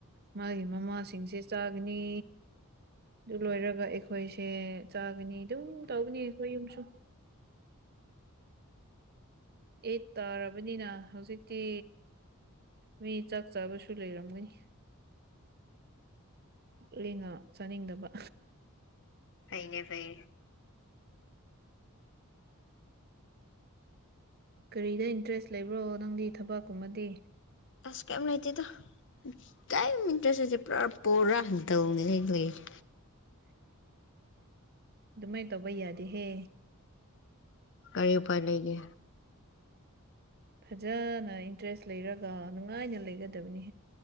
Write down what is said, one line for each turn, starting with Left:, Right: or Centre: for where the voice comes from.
Right: ꯃꯥꯒꯤ ꯃꯃꯥꯁꯤꯡꯁꯦ ꯆꯥꯒꯅꯤ ꯑꯗꯨ ꯂꯣꯏꯔꯒ ꯑꯩꯈꯣꯏꯁꯦ ꯆꯥꯒꯅꯤ ꯑꯗꯨꯝ ꯇꯧꯒꯅꯤ ꯑꯩꯈꯣꯏ ꯌꯨꯝꯁꯨ ꯑꯩꯠ ꯇꯥꯔꯕꯅꯤꯅ ꯍꯧꯖꯤꯛꯇꯤ ꯃꯤ ꯆꯥꯛ ꯆꯥꯕꯁꯨ ꯂꯩꯔꯝꯒꯅꯤ ꯑꯩꯅ ꯆꯥꯅꯤꯡꯗꯕ
Left: ꯐꯩꯅꯦ ꯐꯩ
Right: ꯀꯔꯤꯗ ꯏꯟꯇꯔꯦꯁ ꯂꯩꯕ꯭ꯔꯣ ꯅꯪꯗꯤ ꯊꯕꯛꯀꯨꯝꯃꯗꯤ
Left: ꯑꯁ ꯀꯩꯝ ꯂꯩꯇꯦꯗ ꯀꯩꯝ ꯏꯟꯇꯔꯦꯁꯇ ꯂꯩꯇꯦ ꯄꯨꯔꯥ ꯄꯨꯔꯥꯛ ꯗꯜꯅꯦ ꯑꯩ ꯂꯩꯔꯤꯖꯦ
Right: ꯑꯗꯨꯃꯥꯏꯅ ꯇꯧꯕ ꯌꯥꯗꯦꯍꯦ
Left: ꯀꯔꯤ ꯎꯄꯥꯏ ꯂꯩꯒꯦ
Right: ꯐꯖꯅ ꯏꯟꯇꯔꯦꯁ ꯂꯩꯔꯒ ꯅꯨꯡꯉꯥꯏꯅ ꯂꯩꯒꯗꯕꯅꯤ